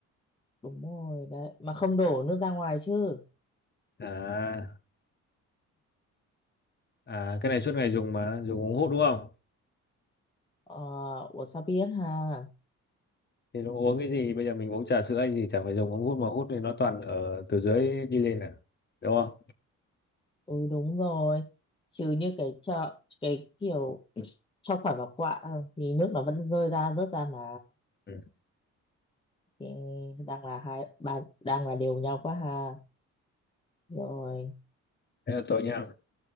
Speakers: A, on the left (about 15°); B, on the left (about 35°).
A: đúng rồi đấy mà không đổ nước ra ngoài chứ
B: à à cái này suốt ngày dùng mà dùng uống hút đúng không
A: ờ ủa sao biết ha
B: Thì nó uống cái gì? Bây giờ mình uống trà sữa hay gì chả phải dùng ống hút mà hút thì nó toàn ở từ dưới đi lên à. Đúng không?
A: ừ đúng rồi chứ như cái chợ cái kiểu <clears throat> cho sỏi vào quạ thì nước nó vẫn rơi ra rớt ra mà
B: Ừ.
A: thì đang là hai ba đang là đều nhau quá ha rồi
B: Thế là tôi nhá.